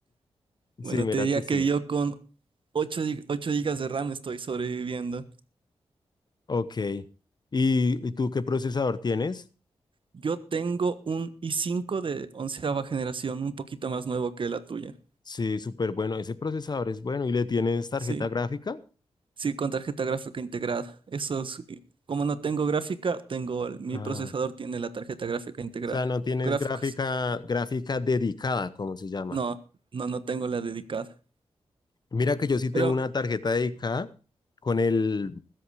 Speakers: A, on the right; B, on the left.
A: Bueno,
B: Sí, mira
A: te diría
B: que sí.
A: que yo con ocho gig- 8 gigas de RAM estoy sobreviviendo.
B: Ok. ¿Y, y tú qué procesador tienes?
A: Yo tengo un i5 de onceava generación, un poquito más nuevo que la tuya.
B: Sí, súper bueno. Ese procesador es bueno. ¿Y le tienes tarjeta
A: Sí,
B: gráfica?
A: Sí, con tarjeta gráfica integrada. Eso es, como no tengo gráfica, tengo, el- mi
B: Ah,
A: procesador
B: o
A: tiene la tarjeta gráfica integrada.
B: sea, no tienes
A: Gráficos.
B: gráfica, gráfica dedicada, como se llama.
A: No, no, no tengo la dedicada.
B: Mira que yo sí tengo
A: Pero,
B: una tarjeta dedicada con el,